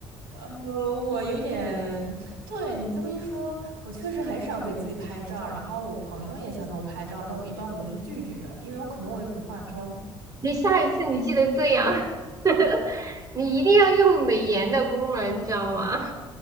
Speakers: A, on the right (about 90°); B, on the right (about 30°).
A: 呃，我有点，对你这么一说，我确实很少给自己拍照。然后我朋友也想给我拍照，但我一般我都是拒绝，因为我可能我也不化妆。
B: 你下一次你记得这样，<laughs> 你一定要用美颜的功能，你知道吗？